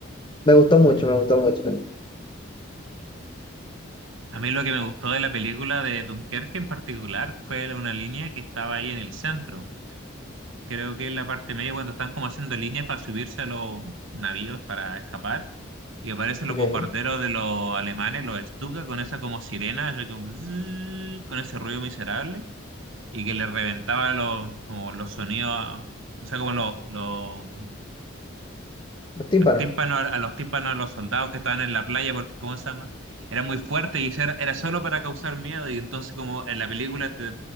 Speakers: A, on the left (about 25°); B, on the right (about 75°).
A: me gustó mucho, me gustó mucho.
B: A mí lo que me gustó de la película de Dunkerque en particular fue la- una línea que estaba ahí en el centro. Creo que en la parte media, cuando están como haciendo líneas para subirse a los navíos para escapar, y aparecen los
A: Ok.
B: bombarderos de los alemanes, los Stuka, con esa como sirena, así como <laughs> zzzz, con ese ruido miserable. y que le reventaba los, como los sonidos, a- o sea, como los, los,
A: Los tímpanos.
B: los tímpanos, a los tímpanos, a los soldados que estaban en la playa, porque, ¿cómo se llama? Era muy fuerte y eso era, era solo para causar miedo y entonces como en la película te